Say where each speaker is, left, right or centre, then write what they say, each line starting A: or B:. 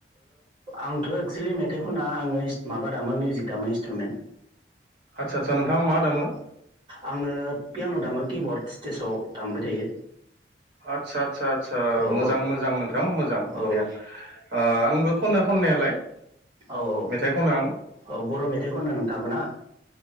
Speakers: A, on the right (about 25°); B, on the right (about 70°).
A: आंथ' एक्सुेलि मेथाइ खना आङो माबा दामो मिउजिक दामो इन्सट्रुमेन्ट।
B: आदसा आतसा नोंथाङा मा दामो?
A: आङो पियान' दामो किबर्ड स्टेजाव दामबाय थायो।
B: आदसा आदसा आदसा
A: औ
B: मोजां मोजां नोंथां मोजां
A: औ
B: बरिया आंबो खनो खननायालाय।
A: औ औ
B: मेथाइ खनो आं
A: औ बर' मेथाइ खनो नोंथाङाबो ना।